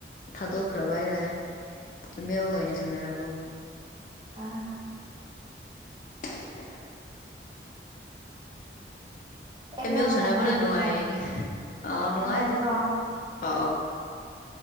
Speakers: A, on the left; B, on the right.
A: ꯊꯥꯗꯣꯛꯈ꯭ꯔꯕ ꯍꯥꯏꯇꯥꯔꯦ ꯃ ꯑꯣꯏꯅꯤ ꯁꯅꯔꯣꯔꯕ
B: ꯑꯥ
A: <unintelligible>
B: ꯑꯦꯝ
A: ꯑꯦꯃꯤ
B: ꯑꯦꯜ
A: ꯍꯧ ꯁꯅꯕꯅ
B: ꯁꯥꯟꯅꯕ
A: ꯅꯅꯨꯡꯉꯥꯏꯅꯦ
B: ꯅꯨꯡꯉꯥꯏꯕ꯭ꯔꯣ
A: ꯑꯥ ꯅꯅꯨꯡꯉꯥꯏꯗ
B: ꯅꯨꯡꯉꯥꯏꯕ꯭ꯔꯣ ꯎꯝ
A: ꯑ